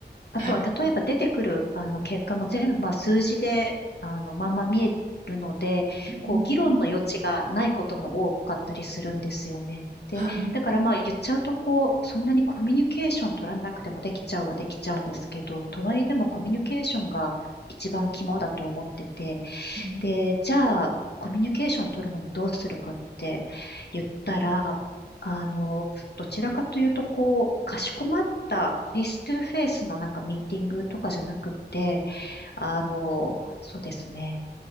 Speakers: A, on the left; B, on the right.
A: あとは、
B: はい。
A: 例えば出てくる、あの、結果も全部、まあ、数字で、あの、まんま見えるので、こう、
B: うん
A: 議論の余地がないことも多かったりするんですよね。で、
B: はい。
A: だからまあ、言っちゃうと、こう、そんなにコミュニケーション取らなくてもできちゃうはできちゃうんですけど、とはいえでもコミュニケーションが一番肝だと思ってて、
B: うん。
A: で、じゃあ、コミュニケーション取るのにどうするかって言ったら、あの、どちらかというと、こう、かしこまったフェイストゥフェイスのなんかミーティングとかじゃなくて、あの、そうですね、